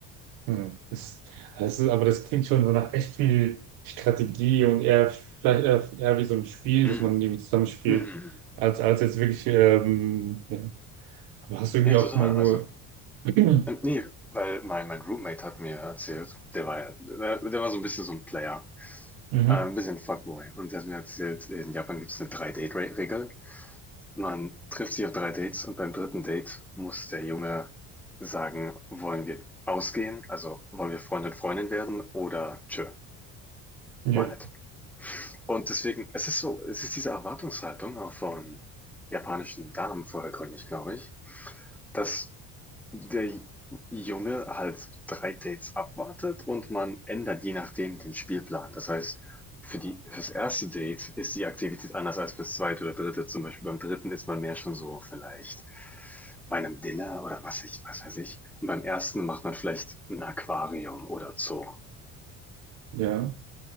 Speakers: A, on the right; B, in the centre.
A: Hm. Das, das ist, aber das klingt schon so nach echt viel Strategie und eher vielleicht eher, eher wie so ein Spiel,
B: Mm.
A: dass man irgendwie zusammenspielt,
B: Mm. mm.
A: als, als jetzt wirklich, ähm, ja. Aber hast du irgendwie
B: Ja, total.
A: auch schon mal irgendwo.
B: Also, äh,
A: <clears throat>
B: nee, weil mein, mein Roommate hat mir erzählt, der war, ja- der, der war so ein bisschen so ein Player,
A: Mhm.
B: äh, ein bisschen Fuckboy. Und der hat mir erzählt, in Japan gibt es eine 3-Date-Regel. Man trifft sich auf drei Dates und beim dritten Date muss der Junge sagen, wollen wir ausgehen, also wollen wir Freund und Freundin werden oder tschö,
A: Ja.
B: mal nicht. Und deswegen, es ist so, es ist diese Erwartungshaltung auch von japanischen Damen vordergründig, glaube ich, dass der Junge halt drei Dates abwartet und man ändert je nachdem den Spielplan. Das heißt, für die, fürs erste Date ist die Aktivität anders als fürs zweite oder dritte. Zum Beispiel beim dritten ist man mehr schon so vielleicht bei einem Dinner oder was ich, was weiß ich. Und beim ersten macht man vielleicht ein Aquarium oder Zoo.
A: Ja.